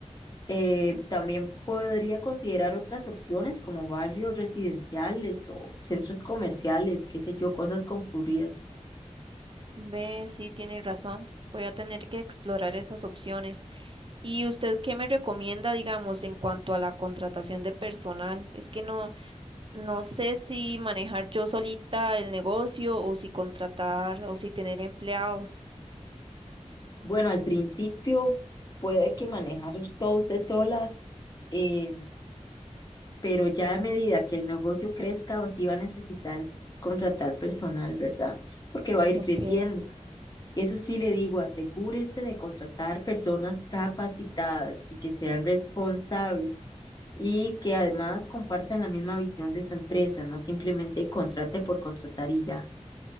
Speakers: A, on the left (about 30°); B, on the right (about 45°).
A: Eh, también podría considerar otras opciones como barrios residenciales o centros comerciales, qué sé yo, cosas concurridas.
B: Ve, sí, tiene razón. Voy a tener que explorar esas opciones. ¿Y usted qué me recomienda, digamos, en cuanto a la contratación de personal? Es que no, no sé si manejar yo solita el negocio o si contratar o si tener empleados.
A: Bueno, al principio puede que manejar todo usted sola. eh, pero ya a medida que el negocio crezca, sí va a necesitar contratar personal, ¿verdad? Porque va a ir
B: Ok.
A: creciendo. Eso sí le digo, asegúrese de contratar personas capacitadas y que sean responsables y que además compartan la misma visión de su empresa, no simplemente contrate por contratar y ya.